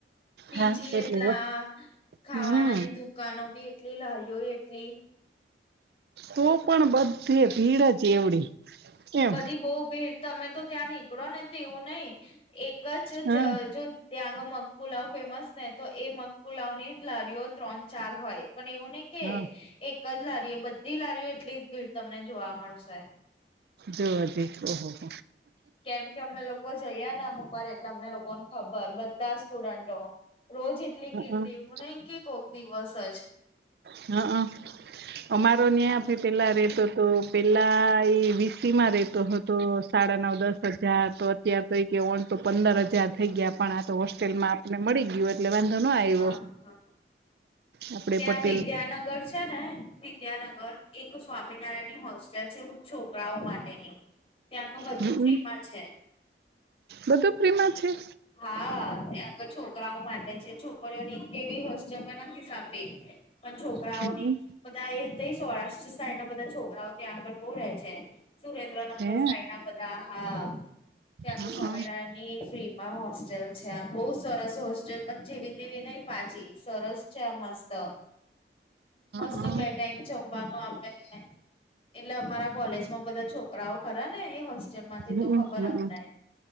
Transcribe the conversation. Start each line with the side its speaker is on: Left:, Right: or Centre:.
Left: પીજી
Right: હા એટલે
Left: એટલા ખાવાનાની
Right: હમ
Left: દુ કાનો બી એટલી લારીઓ એટલી
Right: તો પણ બધે ભીડ જ એવડી એમ
Left: બધી બહુ ભીડ તમે તો ત્યાં નીકળો ને તો એવું નહીં એક જ
Right: હા
Left: જ જો ત્યાં આગળ મગપુલાવ ફેમસ ને તો એ મગપુલાવની જ લારીઓ ત્રણ ચાર હોય પણ એવું નહી કે
Right: હા
Left: એક જ લારી એ બધી લારીઓ એટલી જ ભીડ તમને જોવા મળશે
Right: જો જ ઓહોહ
Left: કેમ કે અમે લોકો જઈએ ને અમુક વાર એટલે અમને લોકોને ખબર બધા સ્ટુડન્ટો રોજ એટલી ગીરદી
Right: હઅ
Left: આવું નઈ કે કોક દિવસ જ
Right: હ અ અમારો ન્યા આપે પેલા રેતો હતો પેલા એ વીસી માં રેતો હતો તો સાડા નવ દસ હજાર તો અત્યાર તો કે ઓન તો પંદર હજાર થઈ ગયા પણ આ તો હોસ્ટેલમાં મળી ગયો એટલે વાંધો ના આવ્યો
Left: હા હા
Right: આપડે
Left: ત્યાં
Right: પણ
Left: વિદ્યાનગર છે ને વિદ્યાનગર એક સ્વામિનારાયણ ની હોસ્ટેલ છે છોકરાઓ માટેની ત્યાં તો બધું
Right: હમ્મ
Left: ફ્રીમાં છે
Right: બધું ફ્રીમાં છે
Left: હા ત્યાં તો છોકરાઓ માટે છે છોકરીઓની કેવી હોસ્ટેલ મળે ન કે બે પણ છોકરાઓની
Right: હમ
Left: બધા એ તહીં સૌરાષ્ટ્ર સાઇડ ના બધા છોકરાઓ ત્યાં આગળ બહું રહે છે સુરેન્દ્રનગર
Right: હે
Left: સાઇડ ના બધા હા ત્યાં
Right: હઅ
Left: તો સ્વામિનારાયણ એની ફ્રી માં હોસ્ટેલ છે આમ બહુ સરસ હોસ્ટેલ પણ જેવી તેવી નહીં પાછી સરસ છે આ મસ્ત તો મસ્ત
Right: હઅ
Left: બે ટાઈમ જમવાનું આપે એટલે અમારા કોલેજમાં બધા છોકરાઓ ખરા ને એ હોસ્ટેલ માંથી
Right: હમ
Left: તો ખબર અમને
Right: હમ